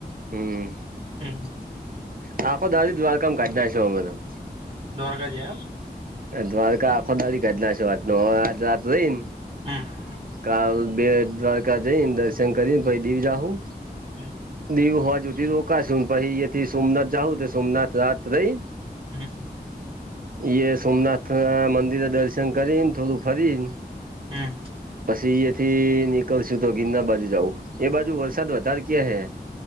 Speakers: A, on the right (about 55°); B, on the right (about 35°).
A: હમ
B: હમ
A: આાખો દાદી દ્વારકાામ કાઢ ના છ અમારા
B: દ્વારકા જ એમ
A: દ્વારકા ખોદ કાટ ના છે આત ન રાતો જઈને
B: હા
A: કાલ બે દ્વારકા જઈને દર્શન કરીને પછ દી જાઉું
B: હા
A: દવું હોવા જોુથીી રોકાશ પછથી સોમનાથ જાઉં તો સોમનાથ રાત રઈ
B: હમ
A: ઈ સોમનાથ ના મંદિરે દર્શન કરીને થોડું ફરી
B: હમ
A: પછી એથી નીકળશું તો ગીરના બાજુ જઉું એ બાજુ વરસાદ વધારે ક્યાં હે